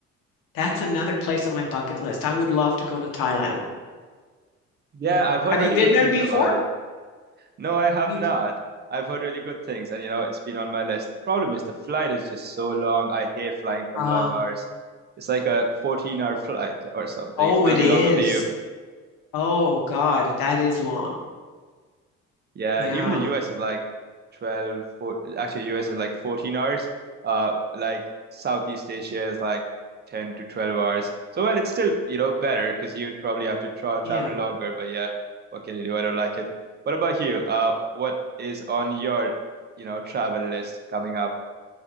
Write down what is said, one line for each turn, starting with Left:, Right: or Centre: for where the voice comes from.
Left: that's another place on my bucket list. I would love to go to Thailand.
Right: <laughs> Yeah,
Left: Yeah.
Right: I've heard
Left: Have
Right: really
Left: you been
Right: good
Left: there
Right: things
Left: before?
Right: about it. No, I
Left: You've
Right: have not. I've heard really good things, and you know, it's been on my list. The problem is the flight is just so long. I hate flying for
Left: uh,
Right: long hours. It's like a 14-hour flight or something.
Left: oh,
Right: It's going
Left: it
Right: to
Left: is.
Right: be longer for you.
Left: Oh God, that is long.
Right: Yeah,
Left: Yeah.
Right: even the US is like 12, 4, actually US is like 14 hours. Uh, like Southeast Asia is like 10 to 12 hours. So well, it's still, you know, better because you'd probably have to tra travel
Left: Yeah.
Right: longer, but yeah, what can you do? I don't like it. What about you? Uh, what is on your, you know, travel list coming up?